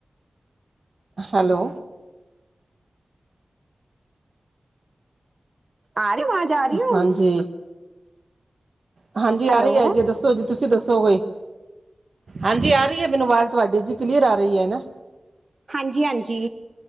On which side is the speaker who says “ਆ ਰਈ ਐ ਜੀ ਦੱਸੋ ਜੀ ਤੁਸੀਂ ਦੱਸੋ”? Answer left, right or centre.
Right